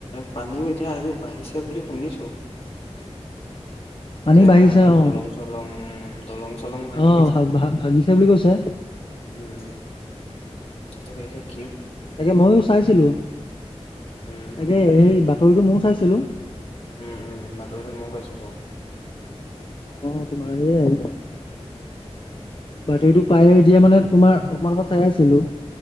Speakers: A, on the left (about 65°); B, on the left (about 50°).
A: পানীও এতিয়া আজি বাঢ়িছে বুলি শুনিছোঁ।
B: পানী
A: জেগা
B: বাঢ়িছে
A: এটাত
B: অ
A: দলং চলং উ, দলং চলং ভাঙি
B: অ',
A: দিছে।
B: ভা-ভা ভাগিছে বুলি কৈছে।
A: উম, তাকেই ঠিক।
B: তাকে ময়ো চাইছিলোঁ,
A: উম
B: তাকে সেই বাতৰিটো ময়ো চাইছিলোঁ।
A: উম, উম, বাতৰিতটো মই পাইছো বাৰু।
B: অ', তোমাৰ এয়াই। বাতৰিটো পায়ে এতিয়া মানে তোমাৰ অকমান আগত চাই আছিলো।